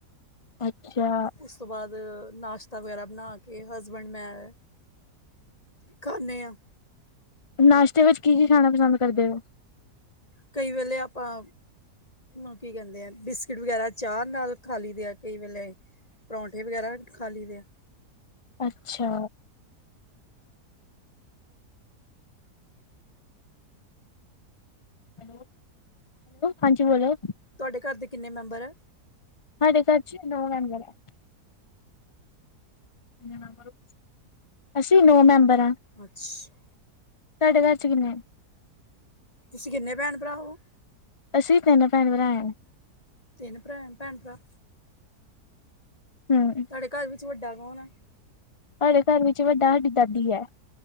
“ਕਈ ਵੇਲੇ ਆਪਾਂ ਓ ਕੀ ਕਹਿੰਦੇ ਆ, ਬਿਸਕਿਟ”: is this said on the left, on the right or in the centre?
Left